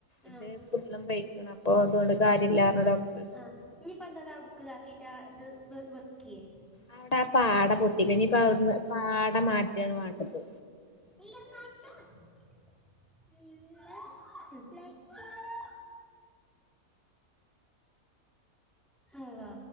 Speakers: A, on the left; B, in the centre.
A: ഇത്
B: ആഹ്
A: വെള്ളം പെയ്ക്ക് ണ് അപ്പൊ അതുകൊണ്ട് കാര്യല്ലാന്ന് ഡോക്ടർ
B: ആ ഇനിയിപ്പ എന്താതാ ഉടുക്ക്ത ആക്കീട്ടാ ഇത് വെക്ക്യേ
A: അവിടെ ആ പാട പൊട്ടിക്ക ഇന്നിപ്പ അവിടുന്ന് പാട മാറ്റാണ് വാണ്ടത്
B: ഇല്ലപ്പാ <unintelligible> അള്ളാ